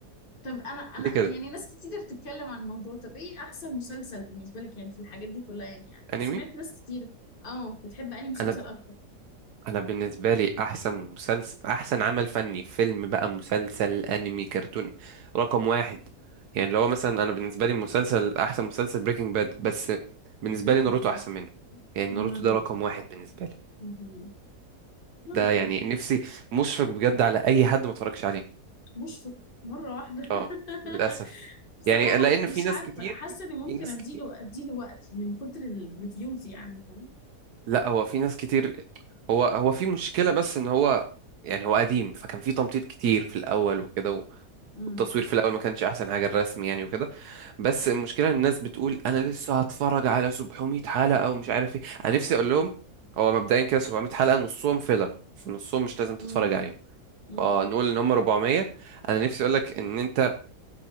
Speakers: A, on the left; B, on the right.
A: طب أنا أنا
B: ليه كده
A: يعني ناس كتير بتتكلم عن الموضوع طب إيه أحسن مسلسل بالنسبة لك يعني في الحاجات دي كلها يعني, يعني
B: انمي
A: سمعت ناس كتير اه بتحب أنهي مسلسل
B: انا
A: أكتر
B: انا بالنسبه لي احسن مسلسل احسن عمل فني فيلم بقى مسلسل انمي كرتون رقم واحد يعني اللي هو مثلا انا بالنسبه لي مسلسل احسن مسلسل بريكنج باد بس بالنسبه
A: بريكنج
B: لي ناروتو
A: باد
B: احسن منه يعني ناروتو
A: ناروتو
B: ده رقم واحد بالنسبه لي
A: مهم. ممكن
B: ده يعني نفسي مشفق بجد على اي حد ما اتفرجش عليه
A: مشفق مرة واحدة
B: اه
A: <laughs>
B: للاسف
A: بصراحة
B: يعني لان
A: يعني
B: في
A: مش
B: ناس
A: عارفة
B: كتير
A: حاسة اني ممكن
B: في ناس
A: اديله
B: كتير
A: اديله وقت من كتر الريفيوز يعني فاهم
B: لا هو في ناس كتير هو هو في مشكلة بس ان هو يعني هو قديم فكان في تمطيط كتير في الاول وكده و-
A: امم
B: والتصوير في الاول ما كانش احسن حاجة الرسم يعني وكده بس المشكلة إن الناس بتقول انا لسه هتفرج على 700 حلقة ومش عارف ايه انا نفسي اقول لهم هو مبدئيا كده 700 حلقة نصهم فيلر في نصهم مش لازم تتفرج
A: امم
B: عليهم
A: امم
B: فنقول ان هم 400 انا نفسي اقول لك ان انت